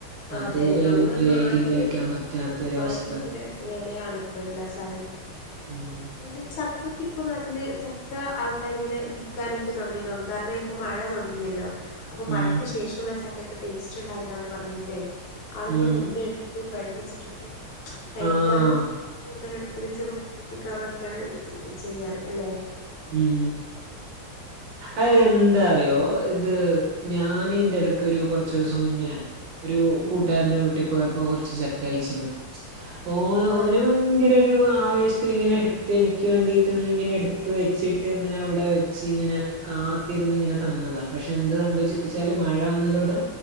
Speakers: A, on the left; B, on the right.
A: അഹ്
B: അതുവരെ
A: അതെ നമ്മുടെ
B: മര്യാദക്ക്
A: നാട്ടില്
B: കഴിക്കാൻ പറ്റാത്തൊരവസ്ഥ.
A: ഭയങ്കര വിലയാണ് ഇപ്പോ എല്ലാ സാ
B: ഉം
A: പിന്നെ ച ഇപ്പൊ നാട്ടില് ചക്ക ആൾക്കാരിങ്ങനെ വിൽക്കാനൊക്കെ തുടങ്ങിന്ന് തോന്നണ് കാരണം ഇപ്പൊ മഴ തൊടങ്ങിയല്ലോ അപ്പൊ
B: ഉം
A: മഴക്ക് ശേഷമുള്ള ചക്കക്ക് ടേസ്റ്റ് ഉണ്ടായില്ല എന്ന് പറഞ്ഞിട്ടെ ആളുകൾ
B: ഉം
A: മുമ്പേ എടുത്ത് പഴിപ്പിച്ചിട്ടൊക്കെ കഴക്കാറ്
B: ആഹ്
A: പിന്നെ കൂടുതല് എടുത്ത് <inaudible> ഒക്കെയാണ് ചെയ്യാറ് അല്ലെ
B: ഉം
A: <inaudible>
B: അ എന്താറിയോ ഇത് ഞാന് ഇയിന്റെ ഇടക്ക് ഒരു കുറച്ചു ദിവസം മുന്നെ ഒരു കൂട്ടുകാരന്റെ വീട്ടി പോയപ്പോ കൊറച്ച് ചക്ക കഴിച്ചെനു ഓ ഓന്
A: ആഹ്
B: ഭയങ്കരൊരു ആവേശത്തിൽ ഇങ്ങനെ എടുത്ത് എനിക്ക് വേണ്ടിട്ട് ഇങ്ങനെ എടു ത്ത് വെച്ചിട്ട് ഇങ്ങനെ അവിടെ വെച്ച് ഇങ്ങനെ കാത്തിരുന്ന് ഇങ്ങനെ തന്നതാ പക്ഷെ എന്ത് സംഭവിച്ചാലും മഴ വന്നതോടെ